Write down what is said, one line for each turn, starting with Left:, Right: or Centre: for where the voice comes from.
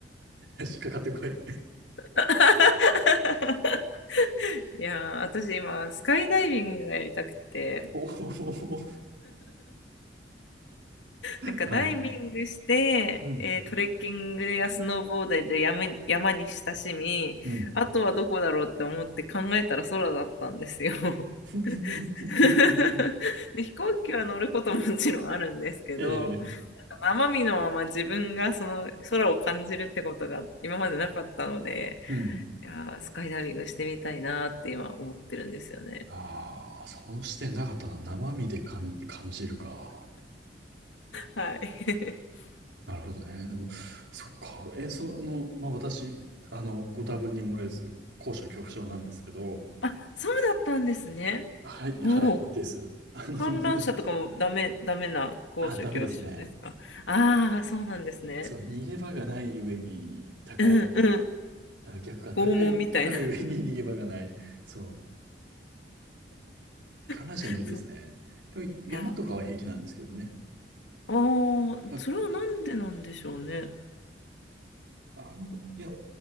Right: っかかってこい。
Left: <laughs> いやー、私今、スカイダイビングがやりたくて、
Right: おお。
Left: <laughs> なんかダイビングして、
Right: はい。うん。
Left: えートレッキングやスノーボードで山、山に親しみ、
Right: うん。
Left: あとはどこだろうって思って考えたら空だったんですよ。
Right: <laughs>
Left: <laughs> で、飛行機は乗ることももちろんあるんですけど、
Right: ええ
Left: 生身のまま自分がその空を感じるってことが今までなかったので、
Right: うん。
Left: いやー、スカイダイビングしてみたいなって今思ってるんですよね。
Right: ああ、その視点なかったな。生身で感じ、感じるか。
Left: はい。<laughs>
Right: なるほどね。でも、そっか。え、その、まあ、私、あの、ご多分に漏れず、高所恐怖症なんですけど、
Left: あ、そうだったんですね。
Right: はい、
Left: おお、
Right: はい、です。あの、
Left: 観覧車とかもダメ、
Right: <laughs>
Left: ダメな高所恐怖症ですか。
Right: あ、ダメですね。
Left: ああー、そうなんですね。
Right: そう、逃げ場がない上に高い。
Left: うんうん。
Right: あ、逆か、高い、
Left: 拷問みたいな。
Right: 高い上に逃げ場がない。そう、観覧車無理ですね。
Left: <laughs> そう。
Right: でも、山とかは平気なんですけどね。
Left: いやー、ああ、
Right: ま
Left: それはなんでなんでしょうね。
Right: あ、あの、いや、